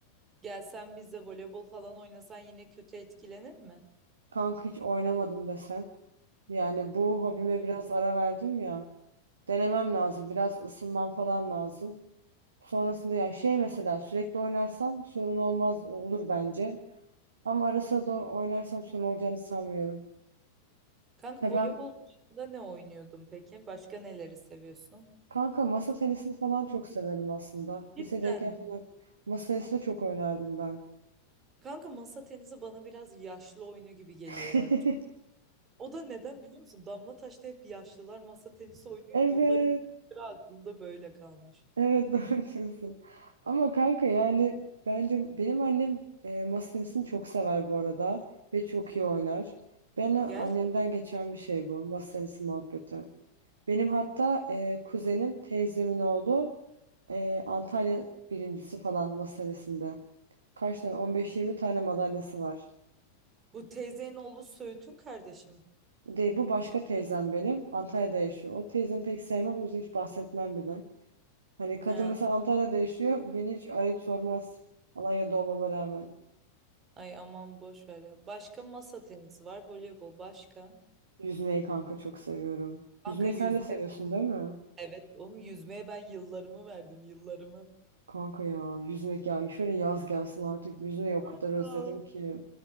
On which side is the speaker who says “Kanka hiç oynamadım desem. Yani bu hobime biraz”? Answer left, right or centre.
Right